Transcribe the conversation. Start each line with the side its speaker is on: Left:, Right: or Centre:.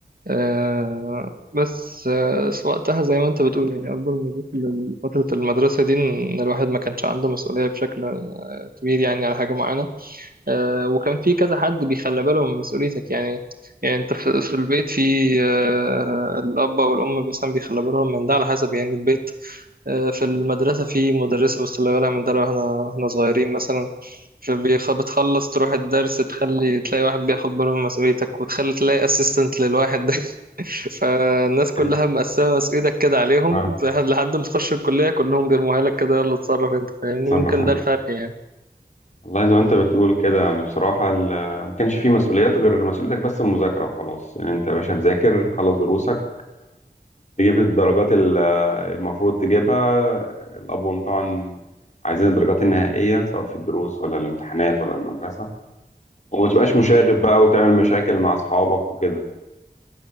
Right: آه، بس آه، وقتها زي ما أنت بتقول يعني أكبر ميزة لفترة المدرسة دي إن الواحد ما كانش عنده مسؤولية بشكل آه، كبير يعني على حاجة معينة آه، وكان في كذا حد بيخلي باله من مسؤوليتك يعني يعني أنت في في البيت في آه، الأب أو الأم مثلا بيخلي بالهم من ده على حسب يعني البيت آه، في المدرسة في مدرسة بس اللي بالها من ده لو احنا احنا صغيرين مثلا فبيخ- بتخلص تروح الدرس تخلي تلاقي واحد بياخد باله من مسؤوليتك وتخلي تلاقي اسيستنت للواحد ده <laughs> فالناس كلها
Left: كان-
Right: مقسمة مسؤوليتك كده عليهم
Left: آه
Right: لحد ما تخش الكلية كلهم بيرموها لك كده يلا اتصرف انت فاهمني
Left: تصرف
Right: ممكن
Left: أنت
Right: ده الفرق يعني
Left: والله زي ما أنت بتقول كده يعني بصراحة ال... ما كانش فيه مسؤوليات غير مسؤوليتك بس المذاكرة وخلاص يعني أنت يا باشا تذاكر تخلص دروسك تجيب الدرجات ال- المفروض تجيبها الأبوين طبعا عايزين الدرجات النهائية سواء في الدروس ولا الامتحانات ولا المدرسة وما تبقاش مشاغب بقى وتعمل مشاكل مع أصحابك وكده